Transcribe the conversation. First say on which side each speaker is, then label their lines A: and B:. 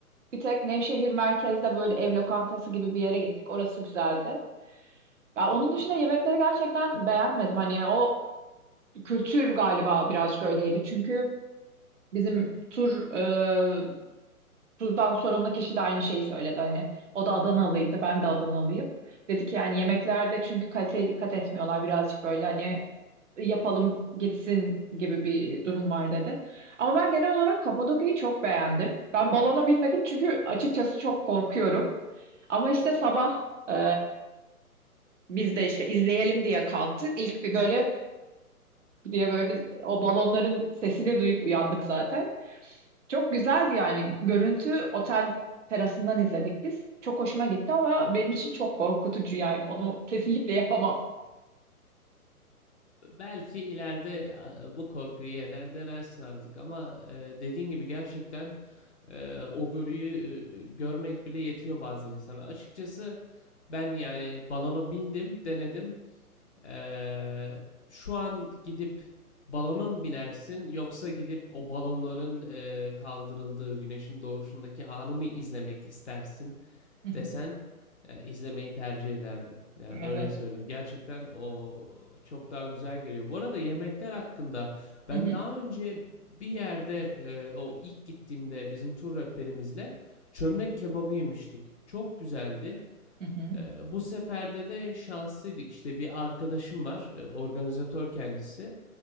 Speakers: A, on the right (about 55°); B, on the left (about 50°).
A: Bir tek Nevşehir merkezde böyle ev lokantası gibi bir yere gittik. Orası güzeldi. Ya onun dışında yemekleri gerçekten beğenmedim. Hani o kültür galiba birazcık öyleydi. Çünkü bizim tur e, turdan sorumlu kişi de aynı şeyi söyledi. Hani o da Adanalıydı, ben de Adanalıyım. Dedi ki yani yemeklerde çünkü kaliteye dikkat etmiyorlar. Birazcık böyle hani yapalım gitsin gibi bir durum var dedi. Ama ben genel olarak Kapadokya'yı çok beğendim. Ben balona binmedim çünkü açıkçası çok korkuyorum. Ama işte sabah e, biz de işte izleyelim diye kalktık. İlk bir böyle diye böyle bir, o balonların sesini duyup uyandık zaten. Çok güzeldi yani görüntü otel terasından izledik biz. Çok hoşuma gitti ama benim için çok korkutucu yani onu kesinlikle yapamam.
B: Belki ileride e, bu korkuyu yener denersin artık ama e, dediğin gibi gerçekten e, o görüyü e, görmek bile yetiyor bazen insana. Açıkçası ben yani balona bindim, denedim. E, şu an gidip balona mı binersin yoksa gidip o balonların e, kaldırıldığı güneşin doğuşundaki anı mı izlemek istersin?
A: Hı hı.
B: desen e, izlemeyi tercih ederdim. Yani
A: Evet.
B: öyle söyleyeyim. Gerçekten o çok daha güzel geliyor. Bu arada yemekler hakkında ben
A: Hı hı.
B: daha önce bir yerde e, o ilk gittiğimde bizim tur rehberimizle çömlek kebabı yemiştik. Çok güzeldi.
A: Hı hı.
B: Ee, bu seferde de şanslıydık. İşte bir arkadaşım var, e, organizatör kendisi.